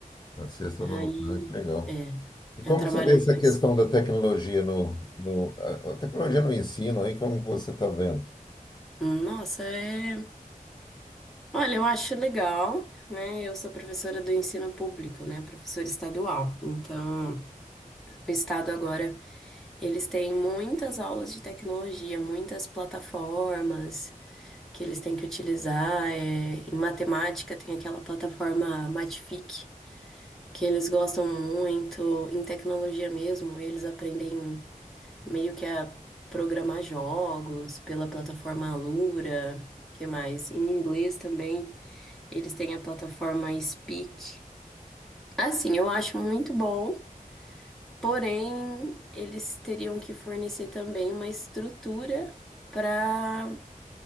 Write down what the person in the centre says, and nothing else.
Aí,
é,
eu trabalho
numa...
es-
Nossa, é... Olha, eu acho legal, né? Eu sou professora do ensino público, né? Professora estadual. Então, o estado agora, eles têm muitas aulas de tecnologia, muitas plataformas que eles têm que utilizar. é, Em matemática tem aquela plataforma Matific, que eles gostam muito em tecnologia mesmo, eles aprendem meio que a programar jogos pela plataforma Alura, que mais? Em inglês também, eles têm a plataforma Speak. Assim, eu acho muito bom, porém, eles teriam que fornecer também uma estrutura para